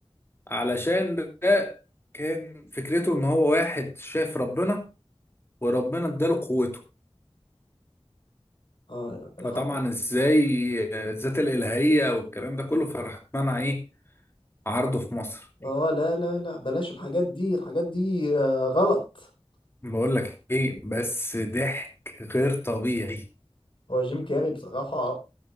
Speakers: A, on the left (about 25°); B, on the left (about 55°).
A: علشان ده كان فكرته ان هو واحد شاف ربنا وربنا اداله قوته
B: اه يا
A: فطبعا
B: حب
A: ازاي آه، الذات الالهيه والكلام ده كله فراح اتمنع ايه عرضه في مصر
B: اه لا لا لا بلاش الحاجات دي الحاجات دي آه، غلط
A: بقول لك ايه بس ضحك غير طبيعي
B: هو جيم كاري بصراحة